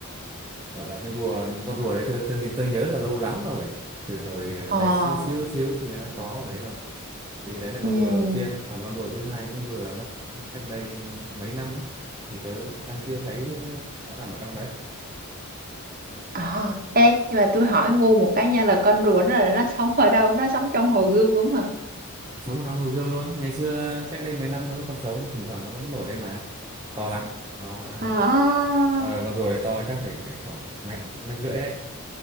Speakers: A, on the right (about 20°); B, on the right (about 40°).
A: gọi là cái rùa những con rùa đấy tôi, tôi, tôi nhớ là lâu lắm rồi từ hồi
B: ờ
A: bé xíu xíu xíu thì nó có ở đấy rồi thì đấy là
B: ừ
A: con rùa đầu tiên còn con rùa thứ hai cũng vừa mất cách đây ờ, mấy năm á thì tớ đang chưa thấy ờ, nó nằm ở trong đấy
B: ờ ê nhưng mà tôi hỏi ngu một cái nha là con rùa nó là nó sống ở đâu nó sống trong hồ Gươm đúng hả
A: sống ở trong hồ gươm luôn ngày xưa cách đây mấy năm nó còn sống thỉnh thoảng nó vẫn nổi lên mà to lắm nó
B: À,
A: ờ, ờ, con rùa đấy to chắc phải khoảng mét mét rưỡi đấy